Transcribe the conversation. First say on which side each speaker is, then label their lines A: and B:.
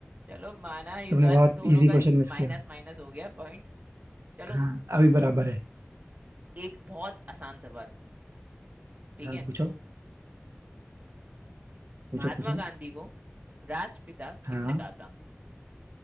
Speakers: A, on the right; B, on the right.
A: चलो माना इस
B: तुमने
A: बार
B: बहुत
A: दोनों
B: इजी
A: का
B: क्वेश्चन मिस
A: माइनस
B: किया
A: माइनस हो गया पॉइंट चलो
B: हाँ अभी बराबर है
A: एक बहुत आसान सवाल ठीक
B: हाँ
A: है
B: पूछो पूछो
A: महात्मा
B: पूछो
A: गांधी को राष्ट्रपिता
B: हाँ
A: किसने कहा था